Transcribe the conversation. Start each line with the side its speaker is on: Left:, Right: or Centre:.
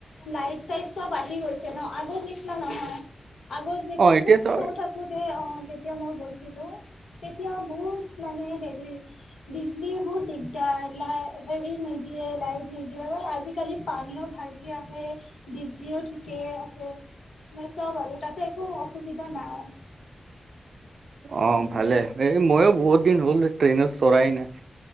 Left: লাইট-চাইট চব আহি গৈছে কেন আগৰ নিচনা নহয়। আগত যেতিয়া
Right: অঁ এতিয়াতো
Left: বহুত সৰু থাকোতে অ', যেতিয়া মই গৈছোঁ। হেল্ল, তেতিয়া বহুত মানে হেৰি। বিজলী বহুত দিগদাৰ লাই হেৰি নিদিয়ে। লাইট নিদিয়ে অ, আজিকালি পানীও ভালকে আহে। বিজলীও ঠিকে আছে, ম-চব আৰু তাতে একো অসুবিধা নাই।
Right: অ,
Left: উম
Right: ভালে এই মইওঁ বহুত দিন হ'লদে ট্ৰেইনত চৰাই নাই।